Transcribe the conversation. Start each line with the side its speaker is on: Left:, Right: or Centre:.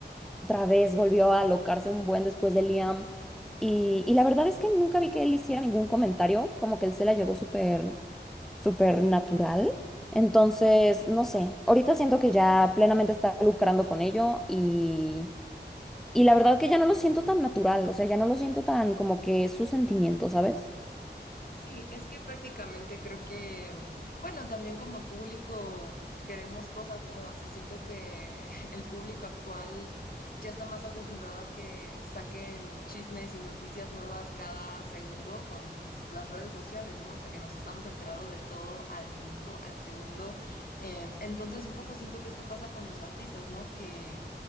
Centre: otra vez volvió a alocarse un buen después de Liam. Y, y la verdad es que nunca vi que él hiciera ningún comentario, como que él se la llevó súper, súper natural. Entonces, no sé, ahorita siento que ya plenamente está lucrando con ello y, y la verdad que ya no lo siento tan natural, o sea, ya no lo siento tan como que es su sentimiento, ¿sabes?
Left: Sí, es que prácticamente creo que, mm, bueno, también como público queremos cosas nuevas y siento que <laughs> el público actual ya está más acostumbrado a que saquen chismes y noticias nuevas cada segundo con pues, las redes sociales, ¿no? O sea, que nos estamos enterando de todo al minuto, al segundo. Em, entonces, un poco siento que esto pasa con los artistas, ¿no? Que